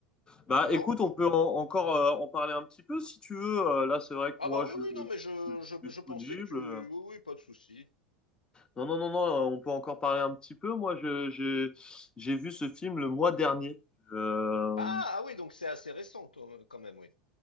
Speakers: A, on the left (about 20°); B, on the left (about 85°).
A: bah,
B: Non?
A: écoute, on peut en- encore euh, en parler un petit peu si tu veux. Euh, là, c'est vrai que
B: Ah
A: moi,
B: bah oui,
A: je,
B: oui, non, mais je,
A: je suis
B: je,
A: disponible.
B: je pensais que tu... Oui, oui, pas de souci.
A: Non, non, non, non. euh, On peut encore parler un petit peu. Moi, je, j'ai, j'ai vu ce film le mois dernier. Euh,
B: Ah, ah oui, donc c'est assez récent, toi, euh, quand même, oui.